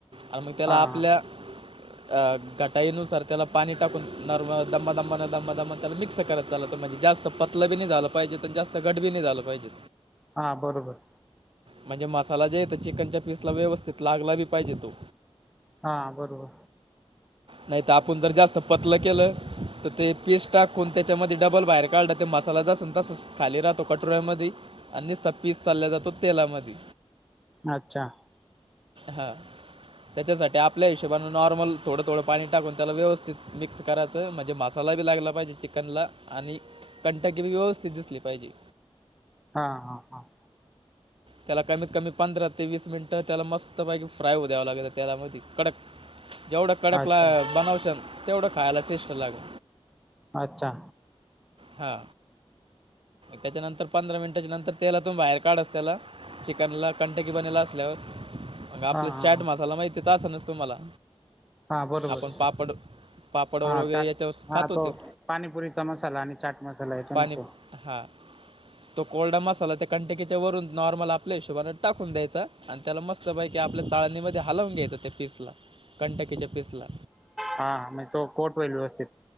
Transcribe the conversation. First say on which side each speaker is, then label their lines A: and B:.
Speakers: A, on the right (about 50°); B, in the centre.
A: आणि मग त्याला
B: हा
A: आपल्या-
B: हा
A: आ घटाईनुसार त्याला पाणी टाकून नॉर्मल दंबा दममा न दंबा दम त्याला मिक्स करत चालायचं म्हणजे जास्त पत- लं बी नाही झालं पाहिजे. पण जास्त घट बी नाही झालं पाहिजे.
B: हा बरोबर.
A: म्हणजे मसाला जे आहे तो चिकनच्या पीसला व्यवस्थित लागला बी पाहिजे तो.
B: हा बरोबर.
A: नाही तर आपण जर जास्त पतलं केलं- तर ते पीस टाकून त्याच्यामध्ये डबल बाहेर काढल तर ते मसाला तसान तसा खाली राहतो कटोऱ्यामध्ये- आणि सनुसता पीस चालल्या जातो तेलामधी.
B: अच्छा.
A: हा. त्याच्यासाठी आपल्या हिशोबने नॉर्मल, थोडं थोडं पाणी टाकून त्याला व्यवस्थित मिक्स कराय - च म्हणजे मसाला बी लागला पाहिजे चिकनला. आणि कंटकी बी व्यवस्थित दिसली पाहिजे.
B: हा हा हा.
A: त्याला कमीत कमी पंधरा ते वीस मिनिटं त्याला मस्त पैकी फ्राय होऊ द्यावं लागत - तेलामध्ये कडक. जेवढा कडक
B: अच्छा
A: ला बनवशाल तेवढं खायला टेस्ट लागेल.
B: अच्छा.
A: हा. त्याच्यानंतर पंधरा मिनिटाच्या नंतर तेलातून बाहेर काढायचं त्याला- चिकन ला कंटकी बनेल असल्यावर- मग आपला
B: हा
A: चॅट
B: हा
A: मसाला माहिती त असेलच तु म्हाला.
B: हा बरोबर
A: आपण पापड- पापड वगैरे
B: हा त्या.
A: याच्यावर
B: हा
A: खात होते
B: तो पाणीपुरीचा मसाला आणि चाट मसाला येतो
A: पाणी
B: न तो.
A: हा. तो कोरडा मसाला त्या कंटकीच्या वरून नॉर्मल आपल्या हिशोबाने टाकून द्यायचा- आणि त्याला मस्त पैकी आपल्या चाळणीमध्ये हलवून घ्यायचं त्या पीसला. कंटकीच्या पिसला.
B: हा. म तो कोट होईल व्यवस्थित.